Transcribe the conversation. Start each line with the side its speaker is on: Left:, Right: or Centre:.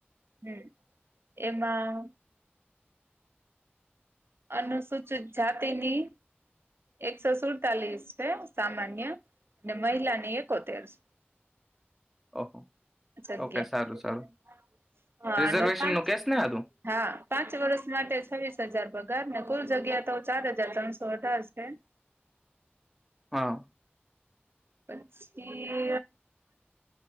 Right: હમ, એમાં અનુસૂચિત જાતિની એકસો સુડતાલીસ છે સામાન્ય અને મહિલાની એકોતેર છે.
Centre: ઓહો.
Right: જગ્યા.
Centre: ઓકે સારું સારું
Right: હા
Centre: રિઝર્વેશન
Right: અને પાંચ
Centre: નું કેસ ને હતું
Right: હા, પાંચ વર્ષ માટે છવ્વીસ દસ હજાર પગારને કુલ જગ્યા તો ચાર હજાર ત્રણસો અઠાર છે.
Centre: હા.
Right: પછી